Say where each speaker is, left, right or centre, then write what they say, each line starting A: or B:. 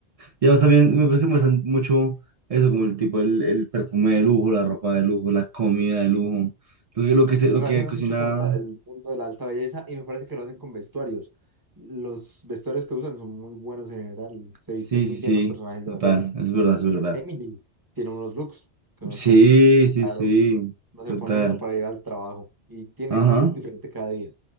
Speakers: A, on the right; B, on the right.
A: Y además también me parece que me mucho eso, como el tipo, el, el perfume de lujo, la ropa de lujo, la comida de lujo, lo que, lo
B: Re-
A: que, se, lo
B: Relaciona
A: que cocina.
B: mucho como la- el mundo de la alta belleza y me parece que lo hacen con vestuarios. Los vestuarios que usan son muy buenos en general, se
A: Sí,
B: visten muy
A: sí,
B: bien
A: sí,
B: los personajes
A: total,
B: de la serie.
A: es verdad, es verdad.
B: Emily tiene unos looks que uno
A: Sí,
B: es como,
A: sí,
B: claro,
A: sí,
B: no se
A: total.
B: pone eso para ir al trabajo y tiene
A: Ajá,
B: un look diferente cada día.